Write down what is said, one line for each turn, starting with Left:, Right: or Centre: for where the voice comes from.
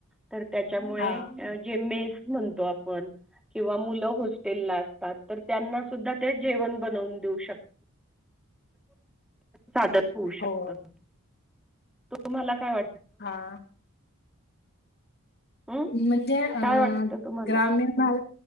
Centre: तर त्याच्यामुळे,
Left: हा
Centre: जे मेस म्हणतो आपण किंवा मुलं होस्टेलला असतात. तर त्यांना सुद्धा ते जेवण बनून देऊ शक साधर होऊ शकत.
Left: हो
Centre: तुम्हाला काय वाट
Left: हा.
Centre: हं,
Left: म्हणजे अ-
Centre: काय वाटतं तुम्हाला?
Left: ग्रामीण भा
Centre: हं,